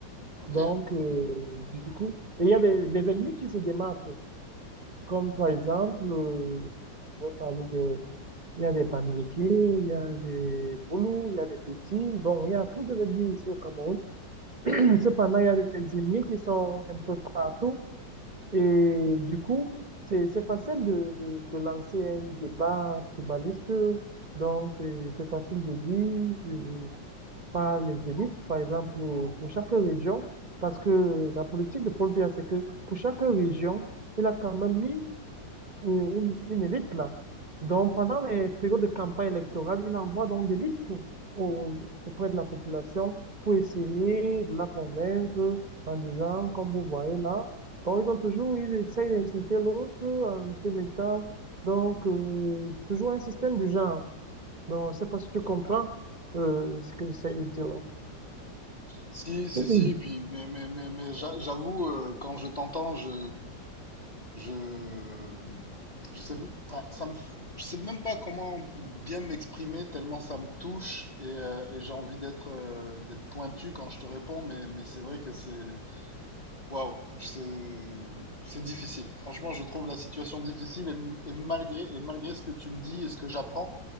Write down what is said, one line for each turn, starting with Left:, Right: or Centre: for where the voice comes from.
Left: Ok.
Right: Donc, euh, du coup, et il y a des, des ennemis qui se démarquent, comme par exemple, euh, je vais parler des, il y a des Bamileke, il y a des Boulous, il y a des Bétis, bon, il y a plus d'ennemis ici au Cameroun. <clears throat> Cependant, il y a des ennemis qui sont un peu partout, et du coup, c'est, c'est facile de, de, de lancer un débat tribaliste, donc c'est c'est facile de dire, euh, par les élites, par exemple, euh, pour chaque région, parce que la politique de Paul Biya, c'est que pour chaque région, il a quand même mis euh, une, une élite là. Donc, pendant les périodes de campagne électorale, il envoie donc des élites au- auprès de la population pour essayer de la convaincre en disant, comme vous voyez là, donc ils ont toujours, ils essayent d'insulter l'autre en te mettant, donc, euh, toujours un système du genre. Donc, je sais pas si tu comprends euh, ce que j'essaie de dire.
Left: Si, si,
Right: Oui,
Left: si. Puis, mais, mais, mais, mais j'a- j'avoue, euh, quand je t'entends, je, Je, je sais, enfin, ça me, je sais même pas comment bien m'exprimer tellement ça me touche et, euh, et j'ai envie d'être euh, d'être pointu quand je te réponds, mais, mais c'est vrai que c'est waouh, c'est c'est difficile. Franchement, je trouve la situation difficile et, et malgré et malgré ce que tu me dis et ce que j'apprends,